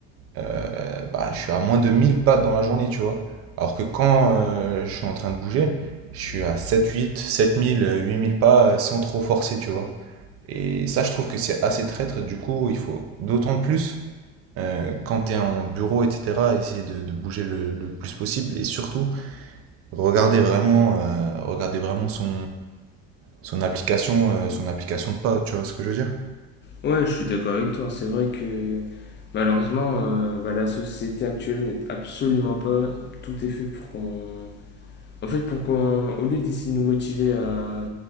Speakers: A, on the right (about 50°); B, on the left (about 35°).
A: euh, bah, je suis à moins de 1000 pas dans la journée, tu vois. Alors que quand euh, je suis en train de bouger, je suis à sept huit sept mille huit mille pas euh, sans trop forcer, tu vois. Et ça, je trouve que c'est assez traître. Du coup, il faut d'autant plus euh, quand tu es en bureau, etc., essayer de, de bouger le, le plus possible et surtout regarder vraiment, euh, regarder vraiment son, son application, euh, son application de pas, tu vois ce que je veux dire?
B: Ouais, je suis d'accord avec toi. C'est vrai que malheureusement, euh, bah, la société actuelle n'est absolument pas. Tout est fait pour qu'on En fait, pour qu'on, au lieu d'essayer de nous motiver à,